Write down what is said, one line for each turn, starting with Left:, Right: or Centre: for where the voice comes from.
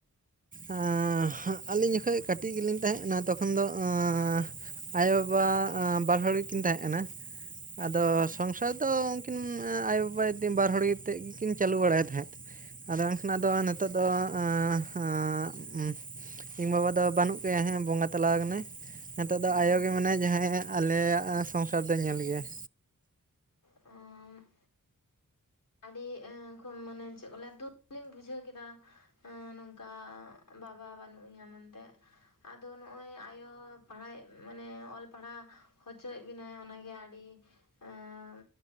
Right: ᱮᱸᱻ ᱟᱹᱞᱤᱧ ᱡᱚᱠᱷᱚᱡ ᱠᱟᱹᱴᱤᱡ ᱜᱮᱞᱤᱧ ᱛᱟᱦᱮᱸᱜ ᱠᱟᱱᱟ ᱛᱚᱠᱷᱚᱱ ᱫᱚ ᱮᱸ ᱟᱭᱳ ᱵᱟᱵᱟ ᱮᱸ ᱵᱟᱨ ᱦᱚᱲ ᱜᱮᱠᱤᱱ ᱛᱟᱦᱮᱸᱜ ᱠᱟᱱᱟ ᱟᱫᱚ
Left: ᱦᱩᱸ
Right: ᱥᱚᱝᱥᱟᱨ ᱫᱚ <unintelligible> ᱟᱭᱳ ᱵᱟᱵᱟ <unintelligible> ᱵᱟᱨ ᱦᱚᱲ ᱜᱮᱛᱮᱫ ᱜᱮᱠᱤᱱ ᱪᱟᱹᱞᱩ ᱵᱟᱲᱟᱭ ᱛᱟᱦᱮᱸᱫ᱾ ᱟᱫᱚ ᱮᱱᱠᱷᱱᱟᱜ
Left: ᱦᱩᱸ
Right: ᱟᱫᱚ ᱱᱤᱛᱚᱜ ᱫᱚ ᱮᱸᱻᱮᱸ ᱩᱸ ᱤᱧ ᱵᱟᱵᱟ ᱫᱚ ᱵᱟᱹᱱᱩᱜ ᱜᱮᱭᱟᱭ ᱦᱮᱸ ᱵᱚᱸᱜᱟ ᱛᱟᱞᱟ ᱟᱠᱟᱱᱟᱭ, ᱦᱤᱛᱚᱜ
Left: ᱦᱩᱸ
Right: ᱫᱚ ᱟᱭᱳ ᱜᱮ ᱢᱮᱱᱟᱭᱟ ᱡᱟᱦᱟᱸᱭ ᱟᱞᱮᱭᱟᱜ ᱥᱚᱝᱥᱟᱨ ᱫᱚᱭ ᱧᱮᱞ ᱜᱮᱭᱟᱭ᱾
Left: ᱚᱸ᱾ ᱟᱹᱰᱤ ᱮᱸ <unintelligible> ᱢᱟᱱᱮ ᱪᱮᱫ ᱠᱚ ᱞᱟᱹᱭᱟ ᱫᱩᱠᱷ ᱞᱤᱧ ᱵᱩᱡᱷᱟᱹᱣ ᱠᱮᱫᱟ᱾ ᱮᱸ ᱱᱚᱝᱠᱟ ᱵᱟᱵᱟ ᱵᱟᱹᱱᱩᱜ ᱮᱭᱟ ᱢᱮᱱᱛᱮᱜ ᱟᱫᱚ ᱱᱚᱜᱼᱚᱭ ᱟᱭᱳ ᱯᱟᱲᱦᱟᱭ ᱢᱟᱱᱮ ᱚᱞ ᱯᱟᱲᱦᱟᱣ ᱦᱚᱪᱚᱭᱮᱫ ᱵᱮᱤᱱᱟᱭ ᱚᱱᱟᱜᱮ ᱟᱹᱰᱤ ᱮᱸ